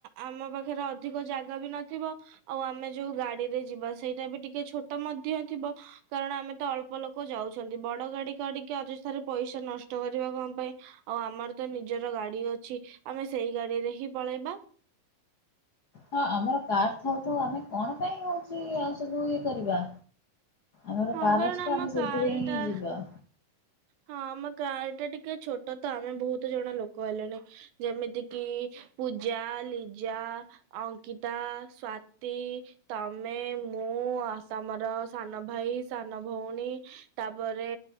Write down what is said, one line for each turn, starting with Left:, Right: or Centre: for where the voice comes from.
Right: ଆମ ପାଖରେ ଅଧିକ ଜାଗାବି ନଥିବ ଆଉ ଆମେ ଯୋଉ ଗାଡ଼ିରେ ଯିବା ସେଇଟାବି ଟିକେ ଛୋଟ ମଧ୍ୟ ଥିବ କାରଣ ଆମେତ ଅଳ୍ପ ଲୋକ ଯାଉଛନ୍ତି ବଡ଼ ଗାଡ଼ି କାଡ଼ିକି ଅଯଥାରେ ପଇସା ନଷ୍ଟ କରିବା କଣ ପାଇଁ ଆଉ ଆମରତ ନିଜର ଗାଡ଼ି ଅଛି ଆମେ ସେଇ ଗାଡ଼ିରେହିଁ ପଳେଇବା
Left: ହଁ ଆମର କାର୍ ଥାଉଥଉ ଆମେ କଣ ପାଇଁ ହଉଚି ଆଉ ସବୁ ଇଏ କରିବା। ଆମର
Right: ହଁ
Left: କାର
Right: କାରଣ
Left: ଅଛିତ
Right: ଆମ
Left: ଆମେ ସେଇଥିରେହିଁ
Right: କାର ଟା
Left: ଯିବା।
Right: ହଁ ଆମ କାରଟା ଟିକେ ଛୋଟତ ଆମେ ବହୁତ୍ ଜଣ ଲୋକ ହେଲେଣି ଯେମିତିକିି ପୂଜା ଲିଜା ଅଙ୍କିତା ସ୍ଵାତି ତମେ ମୁଁ ତମର ସାନ ଭାଇ ସାନ ଭଉଣୀ ତାପରେ